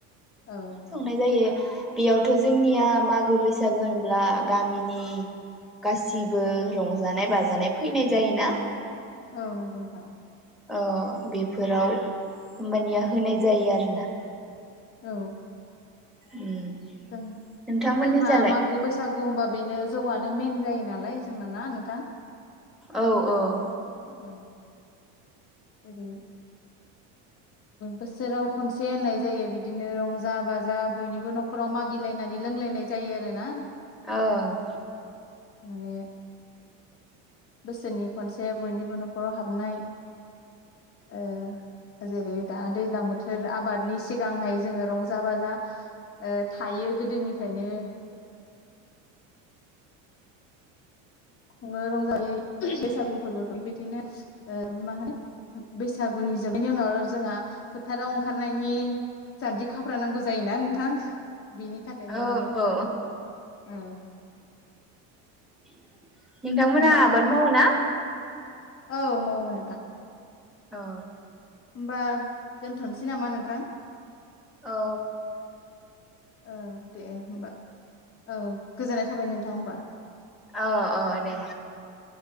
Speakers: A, on the left; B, in the centre.
A: औ
B: संनाय जायो बेयावथ' जोंनिया मागो बैसागो होनब्ला गामिनि गासिबो रंजानाय बाजानाय फैनाय जायोना
A: औ नंगौ नथां
B: अ बेफोराव होमबानिया होनाय जायो आरोना
A: औ
B: उम
A: जों
B: नोंथांमोननि
A: जोंहा
B: जालाय
A: मागु बैसागु होनबा बेनो जौआनो मेन जायो नालाय जोंना ना नोंथां
B: औ औ
A: औ ओेरै बोसोराव खनसे होननाय जायो बिदिनो रंजा बाजा बयनिबो न'खराव मागिलायनानै लोंलायनाय जायो आरो ना
B: औ
A: माने बोसोरनि खनसे बयनिबो न'खराव हाबनाय ओ जेरै दा दैज्लां बोथोर आबादनि सिगांहाय जोङो रंजा बाजा थायो गोदोनिफ्रायनो खुङो रंजायै बैसागु फोरबोखौ बेबायदिनो मा होनो बैसागुनि जोबैनि उनाव जोंहा फोथाराव ओंखारनायनि जान्जि खाफ्रा नांगौ जायोना नोंथां बिनि थाखायनो
B: औ
A: माने
B: औ
A: औ
B: <inaudible> नोंथांमोनहा
A: होमबा
B: आबाद मावो ना
A: औ मावो नोंथां
B: औ
A: ओमबा दोनथ'नोसै नामा नोंथां
B: औ
A: औ दे होमबा औ गोजोननाय थाबाय नों थां ओमबा
B: अ अ दे